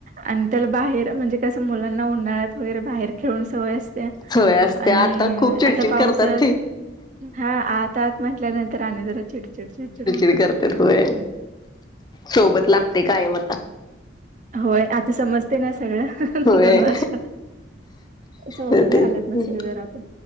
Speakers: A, on the right; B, on the left.
A: आणि त्याला बाहेर म्हणजे कसं मुलांना उन्हाळ्यात वगैरे बाहेर खेळून सवय
B: सोय असते
A: आणि
B: आता खूप चिडचिड
A: आता पावसाळ्यात,
B: करतात ते
A: हा आत -आत म्हटल्यानंतर आणि जर चिड चीड होते
B: करता होय, सोबत लागते कायम आता.
A: होय. आता समजते ना सगळं.
B: होय
A: दोन वर्ष. सोडून
B: तेच
A: हालत नसेल जर आपण.